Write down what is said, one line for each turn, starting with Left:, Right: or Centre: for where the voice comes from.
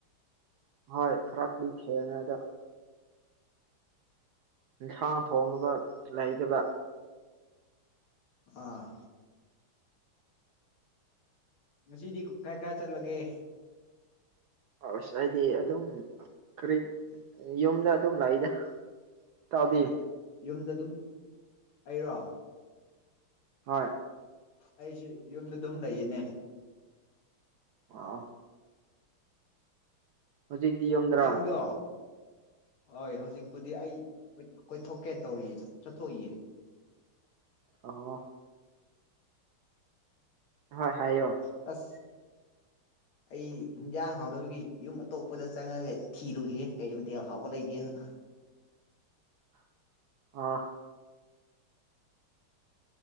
Right: ꯍꯣꯏ ꯈꯔꯗꯤ ꯊꯦꯡꯔꯅꯦ ꯑꯗ ꯌꯦꯟꯁꯥꯡ ꯊꯣꯡꯅꯕ ꯂꯩꯇꯕ
Left: ꯑꯥ ꯉꯗꯤ ꯀꯥꯏ ꯀꯥꯏ ꯆꯠꯂꯒꯦ
Right: ꯑꯁ ꯍꯥꯏꯗꯤ ꯑꯗꯨꯝ ꯀꯔꯤ ꯌꯨꯝꯗ ꯑꯗꯨꯝ ꯂꯥꯛꯏꯗ ꯇꯥꯎꯗꯤ
Left: ꯌꯨꯝꯗ ꯑꯗꯨꯝ ꯑꯩꯔꯣ
Right: ꯍꯣꯏ
Left: ꯑꯩꯁꯤꯦ ꯌꯨꯝꯗ ꯑꯗꯨꯝ ꯂꯩꯌꯦꯅꯦ
Right: ꯑꯥ ꯍꯧꯖꯤꯛꯇꯤ ꯌꯣꯗ꯭ꯔꯥ
Left: ꯅꯪꯗꯣ ꯍꯣꯏ ꯍꯧꯖꯤꯛꯄꯨꯗꯤ ꯑꯩ ꯀꯣꯏꯊꯣꯛꯀꯦꯅ ꯇꯧꯔꯤꯌꯦ ꯆꯠꯊꯣꯛꯏꯌꯦ
Right: ꯑꯣ ꯍꯣꯏ ꯍꯥꯏꯌꯣ
Left: ꯑꯁ
Right: <inaudible>
Left: ꯑꯩ ꯍꯤꯟꯖꯥꯡ ꯍꯥꯎꯗꯕꯒꯤ ꯌꯨꯝ ꯑꯇꯣꯞꯄꯗ ꯆꯪꯉꯒ ꯊꯤꯔꯨꯈꯤꯒꯦ ꯀꯩ ꯃꯇꯊꯦꯜ ꯍꯥꯎꯕ ꯂꯩꯒꯦꯅ <inaudible>
Right: ꯑꯥ